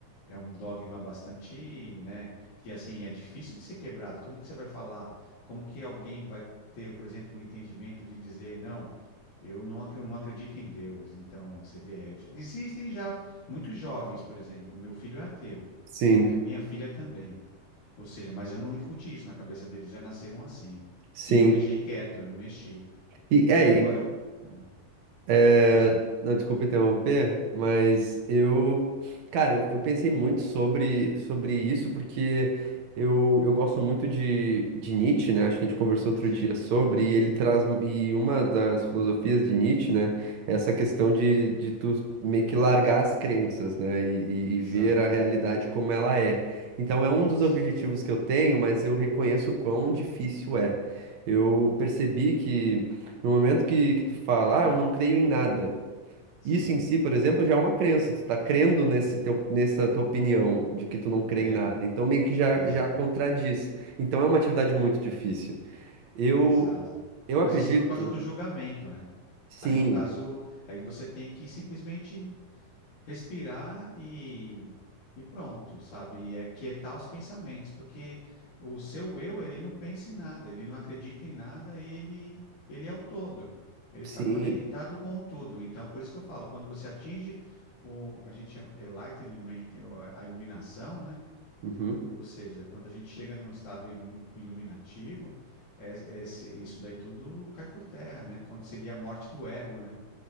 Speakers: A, on the left; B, on the right.
A: é um dogma bastante, né, que assim, é difícil de ser quebrado. Como que você vai falar? Como que alguém vai ter, por exemplo, o entendimento de dizer, não, eu não, ac- não acredito em Deus. Então, você vê, é de- existem já muitos jovens, por exemplo, meu filho é ateu,
B: Sim,
A: né, e minha filha também. Ou seja, mas eu não incuti isso na cabeça deles, já nasceram assim.
B: sim.
A: E eu deixei quieto, eu não mexi.
B: E, é,
A: E agora.
B: e
A: com- ah,
B: É,
A: Pois não.
B: não, desculpa interromper, mas eu, cara, eu, eu pensei muito sobre, sobre isso, porque eu, eu gosto muito de, de Nietzsche, né? Acho que a gente conversou outro
A: Sim,
B: dia sobre, e ele traz, e uma das filosofias de Nietzsche, né, é essa questão de, de tu meio que largar as crenças, né, e,
A: exato.
B: e e ver a realidade como ela é. Então é um
A: Isso.
B: dos objetivos que eu tenho, mas eu reconheço o quão difícil é. Eu percebi que no momento que, que tu fala, ah, eu não creio em nada.
A: Sim,
B: Isso em si, por exemplo, já é uma crença. Tu tá crendo nesse teu, nessa tua opinião de que tu não crê
A: é,
B: em nada. Então meio que já,
A: exato,
B: já contradiz. Então é uma atividade muito difícil. Eu,
A: exato.
B: eu
A: Mas
B: acredito.
A: isso por causa do julgamento, né?
B: Sim,
A: Aí no caso, aí você tem que simplesmente respirar e, e pronto, sabe? E é quietar os pensamentos, porque o seu eu, ele não pensa em nada, ele não acredita em nada, ele, ele é o todo. Ele
B: sim,
A: está conectado com o tudo. Então, por isso que eu falo, quando você atinge o, a gente chama enlightenment, ou a a iluminação, né?
B: uhum,
A: Ou seja, quando a gente chega num estado ilu- iluminativo, é- é esse- isso daí tudo cai por terra, né? Quando seria a morte do ego, né?